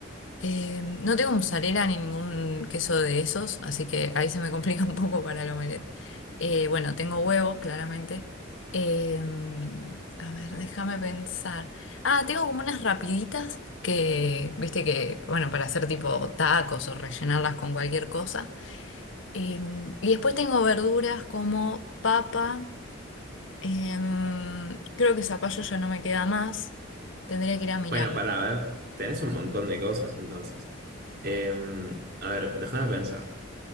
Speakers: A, on the left; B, on the right.
A: eh, no tengo mozzarella ni ningún queso de esos, así que ahí se me complica <laughs> un poco para el omelette. Eh, bueno, tengo huevos, claramente. Eh, a ver, déjame pensar. Ah, tengo como unas rapiditas que, viste que, bueno, para hacer tipo tacos o rellenarlas con cualquier cosa. Em, y después tengo verduras como papa. em, creo que zapallo ya no me queda más. Tendría que ir a mirar.
B: Bueno, para ver, tenés un montón de cosas entonces. Em, a ver, déjame pensar.